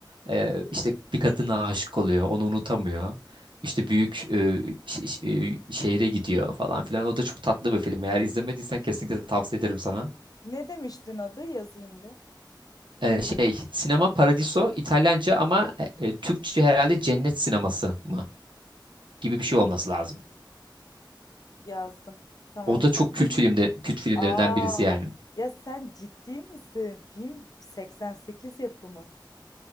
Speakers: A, on the right (about 75°); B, on the left (about 50°).
A: e, işte bir kadına aşık oluyor, onu unutamıyor. İşte büyük e, ş- ş- e, şehre gidiyor falan filan. O da çok tatlı bir film. Eğer izlemediysen kesinlikle tavsiye ederim sana.
B: Ne demiştin adı? Yazayım bir.
A: Ee, Şey, Sinema Paradiso İtalyanca ama e, e, Türkçe herhalde Cennet Sineması mı gibi bir şey olması lazım.
B: Yazdım. Tamam.
A: O da
B: <laughs>
A: çok
B: Bu
A: kült
B: da-
A: filmde, kült filmlerinden
B: Aa.
A: birisi yani.
B: Ya sen ciddi misin? Film 88 yapımı.